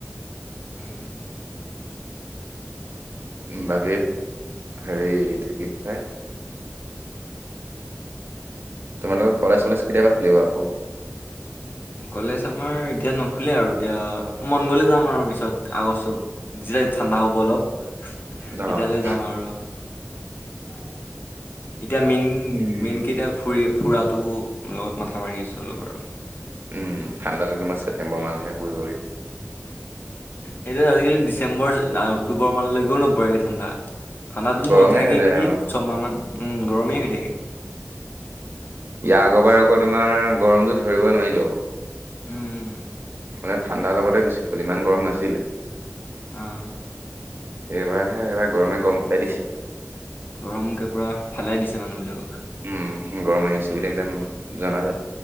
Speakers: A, on the left; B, on the right.
A: উম।
B: উম, বাকী, হেৰি এইটো কি কয়? তোমালোকৰ কলেজ চলেজ কেতিয়াপা খুলিব আকৌ?
A: কলেজ আমাৰ এতিয়া নোখোলে আৰু, এতিয়া মন গ'লে যাম আৰু পিছত, আগষ্ট যেতিয়া ঠাণ্ডা হ'ব অলপ।
B: অ'।
A: এতিয়ালৈ যাম আৰু, উম। এতিয়া মেইন-মেইনকে
B: উম।
A: এতিয়া ফুৰি-ফুৰাটো লগত মাথা মাৰি আছো অলপ আৰু।
B: উম, ঠাণ্ডাটো তোমাৰ ছেপ্টেম্বৰ মানলহে পৰিবগৈ।
A: সেইটো আজিকালি ডিচেম্বৰ অক্টোবৰ মানলৈকেও নপৰেগৈ ঠাণ্ডা। ঠাণ্ডাটো
B: গৰমে
A: নাথাকেই
B: হৈ যায়
A: নেকি
B: অ',
A: ছমাহমান উম, গৰমেই হৈ থাকে।
B: ইয়াৰ আকৰবাৰ আকৌ তোমাৰ গৰমটো ধৰিবই নোৱাৰিলোঁ আকৌ।
A: উম
B: মানে ঠাণ্ডা লগতে গুচি গ'ল, ইমান গৰম নাছিল।
A: আহ,
B: এইবাৰহে এইবাৰ গৰমে গৰম পাই দিছে।
A: গৰম <unintelligible> ফালাই দিছে মানুহবিলাকক।
B: উম, গৰম আহিছোঁ বুলি একদম জনা যায়।